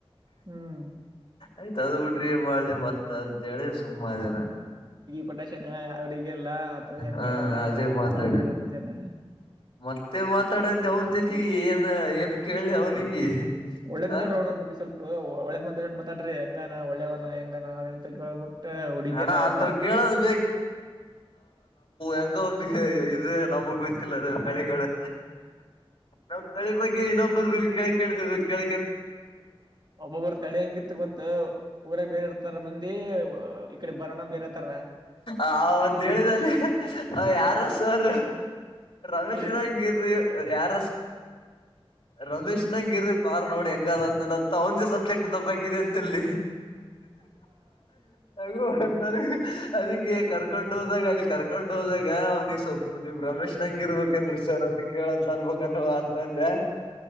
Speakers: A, on the right; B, on the left.
A: ಹ್ಮ್
B: ಆಯ್ತ ಅದ ಬಿಟ್ರಿ ಏ ಮಾಡ್ಲಿ ಮತ್ ಅಂತ ಹೇಳಿ ಸುಮ್ಮನೆ
A: ಪಟೇಶನ ಯಾವಡಿಗೆಲ್ಲ ಅಥ ಹೆಂಗ
B: ಹಾ
A: ನಡನ ಹೆಂಗೆಲ್ಲ
B: ಮಾತಾಡಿ
A: ಅದೇ ಮತ್ತೆನಾ
B: ಮತ್ತೇನ್ ಮಾತಾಡ್ತಿಗೆ ಜೊತೆಗೆ ಏನ್ ಕೇಳಿ ಅವನಿಗೆ
A: ಒಳ್ಳೇದ್ ಮಾತಾಡ್ರೋ
B: ಆ
A: ನಮ್ಮ ಬಗ್ಗೆ ಒಂದು ಸ್ವಲ್ಪ ಒಳ್ಳೆದ್ ಮಾತಾಡ್ರಿ ಹೆಂಗವ್ವ ಒಳ್ಳೆಯದು ಯಂಗ್ ಅಂತ ಕೇಳಬಿಟ್ಟು ಹುಡುಗಿಯರು
B: ಹಣ ಅಂತವ್ ಕೇಳೋದು ಸಂಂಗಬಿ ಇ ನಮಗ್ ಗೊತ್ತಿಲ್ಲದ ತಳಿಗಳು ನಮ್ ತಳಿ ಬಗ್ಗೆ ಇನ್ನೊಬ್ಬ ಇನ್ನೊಬ್ಬರು ಬಗ್ಗೆ ಕೇಳೋಕೆ
A: ಒಬ್ಬರು ತಲೆ ಹೆಂಗೆ ಗೊತ್ತಾ ಊರಾಗೆ ಬೇರೆತರ ಮಂದಿ ಇ ಕಡೆ ಬರೋಣ ಬೇರೆತರ
B: ಆ ಒಂದ್ ಹೇಳಿದಲ್ಲಿ ಯಾರ ಸಾರ ರಮೇಶ್ಿನ
A: ಯಾರ
B: ಹೆಂಗ ಯಾರ ರಮೇಶ್ ನಂಗ ಇರಿ ಪಾರ್ ನೋಡಿ ಹೆಂಗ ಅ ಅಂದ ಅಂತ ಒಂದೇ ಸಬ್ಜೆಕ್ಟ್ ತಬ್ಬಬೇಕಕಿದೆ ಅಂತ ಹೇಳಲ್ಲಿ ಅಗ ಅಂತಾರೆ ಅದಕ್ಕೆ ಕರ್ಕೊಂಡ್ ಹೋದಾಗ ಅಲ್ಲಿ ಕರ್ಕೊಂಡ್ ಹೋದಾಗ ಅವ್ನಿಿಗೆ ಸೊಪ್ಪು ನಿಮ್ ರಮೇಶ್ ನಂಗ ಇರ್ಬೇಕನ್್ರೀ ಸರ್ ಅಂತ ಕೇಳಂತ ಅನ್ಬಬೇಕವ ಅಂತ ಅಂದ